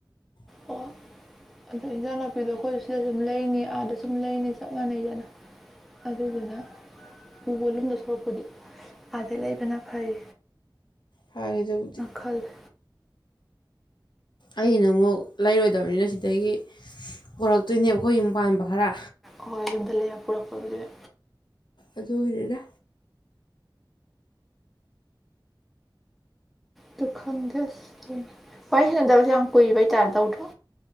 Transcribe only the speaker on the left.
INAUDIBLE
ꯐꯔꯦ ꯑꯗꯨꯕꯨꯗꯤ
ꯑꯩꯅ ꯑꯃꯨꯛ ꯂꯩꯔꯣꯏꯗꯕꯅꯤꯅ ꯁꯤꯗꯒꯤ ꯄꯣꯔꯛꯇꯣꯏꯅꯦꯕ ꯑꯩꯈꯣꯏ ꯌꯨꯝ ꯄꯥꯟꯕ ꯈꯔ
ꯑꯗꯨꯒꯤꯅꯤꯗ